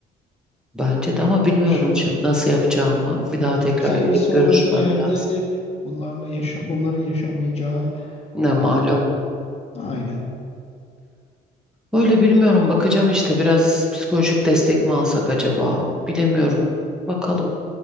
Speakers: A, in the centre; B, on the left (about 35°).
A: Bence de ama bilmiyorum
B: Hoş şimdi
A: şimdi nasıl yapacağımı. Bir daha tekrar
B: gideceği
A: gidip
B: bir sonraki
A: görüşmem
B: yerde
A: lazım.
B: de bunlarla yaşa bunların yaşamayacağı
A: Ne malum.
B: e, aynen.
A: Öyle bilmiyorum bakacağım işte biraz psikolojik destek mi alsak acaba bilemiyorum. Bakalım